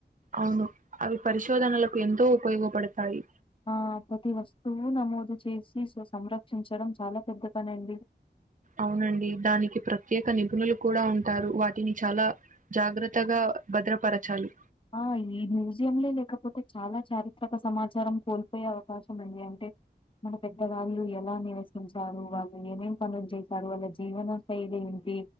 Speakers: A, on the right; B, on the left.
A: అవును అవి పరిశోధనలకు ఎంతో ఉపయోగపడతాయి
B: ఆ ప్రతి వస్తువు నమోదు చేసి సంరక్షించడం చాలా పెద్ద పనండి.
A: అవునండి దానికి ప్రత్యేక నిపుణులు కూడా ఉంటారు వాటిని చాలా జాగ్రత్తగా భద్రపరచాలి
B: ఆ ఈ మ్యూజియంలే లేకపోతే చాలా చారిత్రక సమాచారం కోల్పోయే అవకాశం ఉంది అంటే మన పెద్దవాళ్ళు ఎలా నివసించారు వాళ్ళు ఏమేం పనులు చేశారు వాళ్ళ జీవన శైలి ఏంటి